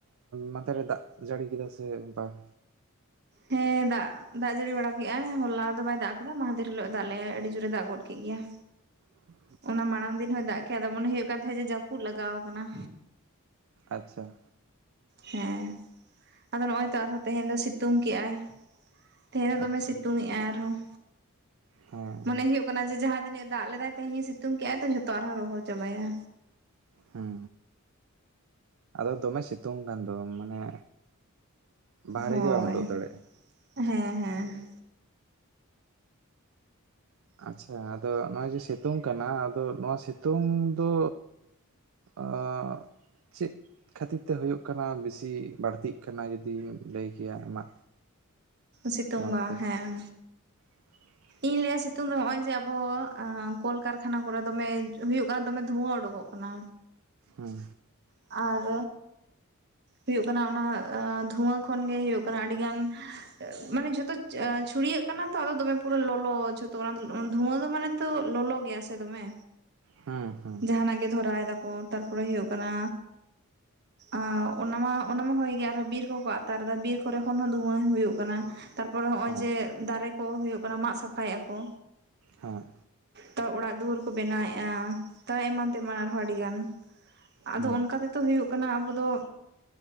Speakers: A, on the right; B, on the right.
A: ᱢᱟᱫᱷᱮᱨᱮ ᱫᱟᱜ ᱡᱟᱹᱲᱤ ᱠᱮᱫᱟ ᱥᱮ ᱵᱟᱝ?
B: ᱦᱮᱸ ᱫᱟᱜ ᱫᱟᱜ ᱡᱟᱹᱲᱤ ᱵᱟᱲᱟ ᱠᱮᱫ-ᱟᱭ ᱦᱚᱞᱟ ᱫᱚ ᱵᱟᱭ ᱫᱟᱜ ᱠᱟᱫᱟ ᱢᱟᱦᱫᱷᱮᱨ ᱦᱤᱞᱳᱜ ᱫᱟᱜ ᱞᱮᱜᱟᱭ ᱟᱹᱰᱤ ᱡᱳᱨᱮ ᱮ ᱫᱟᱜ ᱜᱚᱫ ᱠᱮᱫ ᱜᱮᱭᱟ।
A: <unintelligible>
B: ᱚᱱᱟ ᱢᱟᱲᱟᱝ ᱫᱤᱱ ᱦᱚᱸᱭ ᱫᱟᱜ ᱠᱮᱫᱟ ᱢᱚᱱᱮ ᱦᱩᱭᱩᱜ ᱠᱟᱱ ᱛᱟᱦᱮᱸᱫ ᱡᱮ ᱡᱟᱹᱯᱩᱫ ᱞᱟᱜᱟᱣ ᱟᱠᱟᱱᱟ।
A: ᱟᱪᱪᱷᱟ
B: ᱦᱮᱸ ᱟᱫᱚ ᱱᱚᱜᱼᱚᱭ ᱛᱚ ᱟᱨᱦᱚᱸ ᱛᱮᱦᱮᱧ ᱫᱚ ᱥᱤᱛᱩᱝ ᱠᱮᱜ-ᱟᱭ। ᱛᱮᱧ ᱫᱚ ᱫᱚᱢᱮ
A: ᱟᱪᱪᱷᱟ
B: ᱥᱤᱛᱩᱝ ᱮᱜᱼᱟᱭ ᱟᱨᱦᱚᱸ।
A: ᱦᱮᱸ
B: ᱢᱚᱱᱮ ᱦᱳᱭᱳᱜ ᱡᱮ ᱡᱟᱦᱟᱸ ᱛᱤᱱᱟᱹᱜ ᱫᱟᱜ ᱞᱮᱫᱟᱭ ᱛᱮᱦᱮᱧᱮ ᱥᱤᱛᱩᱝ ᱠᱮᱜᱼᱟᱭ ᱡᱷᱚᱛᱚ ᱟᱨᱦᱚᱸ ᱨᱚᱦᱚᱲ ᱪᱟᱵᱟᱭᱟ।
A: ᱦᱩᱸ ᱟᱫᱚ ᱫᱚᱢᱮ ᱥᱤᱛᱩᱝ ᱠᱟᱱ ᱫᱚ ᱢᱟᱱᱮ ᱵᱟᱦᱨᱮ
B: ᱦᱳᱭ
A: ᱜᱮ ᱵᱟᱢ ᱩᱰᱩᱠ ᱫᱟᱲᱮᱭᱟᱜᱼᱟ
B: ᱦᱮᱸ ᱦᱮᱸ
A: ᱟᱪᱪᱷᱟ ᱟᱫᱚ ᱱᱚᱜᱼᱚᱭ ᱡᱮ ᱥᱤᱛᱩᱝ ᱠᱟᱱᱟ ᱟᱫᱚ ᱱᱚᱣᱟ ᱥᱤᱛᱩᱝ ᱫᱚ ᱟ ᱪᱮᱫ ᱠᱷᱟᱹᱛᱤᱨ ᱛᱮ ᱦᱩᱭᱩᱜ ᱠᱟᱱᱟ ᱵᱮᱥᱤ ᱵᱟᱹᱲᱛᱤᱜ ᱠᱟᱱᱟ ᱡᱩᱫᱤᱢ ᱞᱟᱹᱭ ᱠᱮᱭᱟ ᱟᱢᱟᱜ
B: ᱥᱤᱛᱩᱝ
A: ᱢᱚᱛ
B: ᱵᱟ
A: ᱛᱮ
B: ᱦᱮᱸ
A: <inaudible>
B: ᱤᱧ ᱞᱟᱹᱭᱟ ᱥᱤᱛᱩᱝ ᱫᱚ ᱱᱚᱜᱼᱚᱭ ᱡᱮ ᱟᱵᱚ ᱟᱸ ᱠᱚᱞᱠᱟᱨᱠᱷᱟᱱᱟ ᱠᱚᱨᱮ ᱫᱚᱢᱮ ᱦᱩᱭᱩᱜ ᱠᱟᱱᱟ ᱫᱚᱢᱮ ᱫᱷᱩᱣᱟᱹ ᱩᱰᱩᱠᱚᱜ ᱠᱟᱱᱟ।
A: ᱦᱩᱸ
B: ᱟᱨ ᱦᱩᱭᱩᱜ ᱠᱟᱱᱟ ᱚᱱᱟ ᱫᱷᱩᱣᱟᱹ ᱠᱷᱚᱱᱜᱮ ᱦᱩᱭᱩᱜ ᱠᱟᱱᱟ ᱟᱹᱰᱤᱜᱟᱱ ᱢᱟᱱᱮ ᱡᱷᱚᱛᱚ ᱪᱷᱩᱲᱭᱟᱹᱜ ᱠᱟᱱᱟ ᱛᱚ ᱟᱫᱚ ᱫᱚᱢᱮ ᱯᱩᱨᱟᱹ ᱞᱚᱞᱚ ᱡᱷᱚᱛᱚ ᱫᱷᱩᱣᱟᱹ ᱫᱚ ᱢᱟᱱᱮ ᱛᱚ ᱞᱚᱞᱚ ᱜᱮᱭᱟ ᱥᱮ ᱫᱚᱢᱮ
A: ᱦᱮᱸ ᱦᱮᱸ
B: ᱡᱟᱦᱟᱱᱟᱜ ᱜᱮ ᱫᱷᱚᱨᱟᱭ ᱫᱟᱠᱚ ᱛᱟᱨᱯᱚᱨᱮ ᱦᱳᱭᱳᱜ ᱠᱟᱱᱟ ᱟ ᱚᱱᱟ ᱢᱟ ᱚᱱᱟ ᱢᱟ ᱦᱳᱭ ᱜᱮ ᱟᱨᱦᱚᱸ ᱵᱤᱨ ᱠᱚᱠᱚ ᱟᱛᱟᱨᱫᱟ ᱵᱤᱨ ᱠᱚᱨᱮ ᱠᱷᱚᱱ ᱦᱚᱸ ᱫᱷᱩᱣᱟᱹ ᱦᱩᱭᱩᱜ ᱠᱟᱱᱟ ᱛᱟᱨᱯᱚᱨᱮ ᱱᱚᱸᱜ-ᱚᱭ
A: ᱦᱮᱸ ᱦᱮᱸ
B: ᱡᱮ ᱫᱟᱨᱮ ᱠᱚ ᱦᱩᱭᱩᱜ ᱠᱟᱱᱟ ᱢᱟᱜ ᱥᱟᱯᱷᱟᱭᱮᱫ ᱟᱠᱚ
A: ᱦᱮᱸ
B: ᱛᱚ ᱚᱲᱟᱜ ᱫᱩᱣᱟᱹᱨ ᱠᱚ ᱵᱮᱱᱟᱣᱮᱫ-ᱟ ᱛᱟᱨ ᱮᱢᱟᱱ ᱛᱮᱢᱟᱱ ᱟᱨᱦᱚᱸ ᱟᱹᱰᱤᱜᱟᱱ ᱟᱫᱚ
A: ᱦᱩᱸ
B: ᱚᱱᱠᱟ ᱛᱮᱫᱚ ᱦᱩᱭᱩᱜ ᱠᱟᱱᱟ ᱟᱵᱚ ᱫᱚ